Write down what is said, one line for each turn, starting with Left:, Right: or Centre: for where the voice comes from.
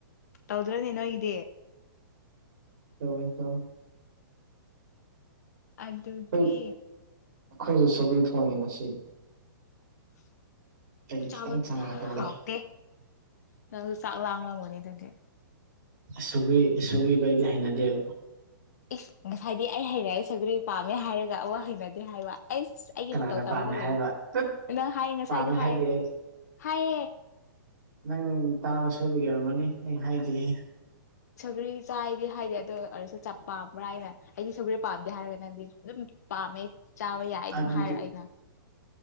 Left: ꯇꯧꯗ꯭ꯔꯣ ꯅꯅꯣꯒꯗꯦ
Right: ꯇꯃꯦ ꯇ
Left: ꯑꯗꯨꯒꯤ
Right: ꯑꯩꯈꯣꯏ ꯑꯩꯈꯣꯏꯁꯨ ꯁꯒꯔꯤ ꯊꯣꯡꯉꯦ ꯉꯁꯤ
Left: <unintelligible>
Right: ꯑꯩꯗꯤ
Left: ꯆꯥꯕ
Right: ꯈꯤꯇꯪ ꯆꯥꯔꯒ ꯇꯣꯛꯂꯦ
Left: ꯍꯥꯎꯇ ꯅ ꯆꯂ ꯑꯂ ꯃꯅꯤ ꯇꯦꯦ
Right: ꯁꯨꯔꯤ ꯁꯨꯔꯤꯗꯣ ꯑꯩꯗꯤ ꯍꯩꯅꯗꯦꯕ
Left: ꯏꯁ ꯉꯁꯥꯏꯗꯤ ꯑꯩ ꯍꯩꯅꯦ ꯁꯒꯜ ꯄꯥꯝꯃꯦ ꯍꯥꯏꯔꯒ ꯑ ꯍꯩꯅꯗꯦ ꯍꯥꯏꯕ ꯑꯩꯁ ꯑꯩꯒꯤ
Right: ꯀꯅꯥꯅ
Left: ꯃꯇꯧ ꯇꯝꯃꯒ
Right: ꯄꯥꯝꯃꯦ ꯍꯥꯏꯕ
Left: ꯂꯩ
Right: ꯇꯨꯠ
Left: ꯅꯪ ꯍꯥꯏ ꯉꯁꯥꯏꯗꯣ
Right: ꯄꯥꯝꯃꯦ ꯍꯥꯏꯗꯦ
Left: ꯍꯥꯏ
Right: ꯑꯩ
Left: ꯍꯥꯏꯌꯦꯌꯦ
Right: ꯅꯪ ꯇꯥꯕ ꯁꯣꯏꯕ ꯌꯧꯔꯝꯒꯅꯤ ꯑꯩ ꯍꯥꯏꯗꯦꯍꯦ
Left: ꯁꯒꯔꯤ ꯆꯥꯏꯗꯤ ꯍꯥꯏꯗꯤ ꯑꯗꯣꯁꯨ ꯆꯞ ꯄꯥꯝꯕ꯭ꯔꯥ ꯍꯥꯏꯅ ꯑꯩꯗꯤ ꯁꯒꯔꯤ ꯄꯥꯝꯗꯦ ꯍꯥꯏꯔꯒ ꯅꯪꯗꯤ ꯑꯗꯨꯝ ꯄꯥꯝꯃꯦ ꯆꯥꯕ ꯌꯥꯏ ꯑꯗꯨꯝ
Right: ꯑꯗꯨꯗꯤ
Left: ꯍꯥꯏꯔꯣꯑꯣ ꯑꯩꯅ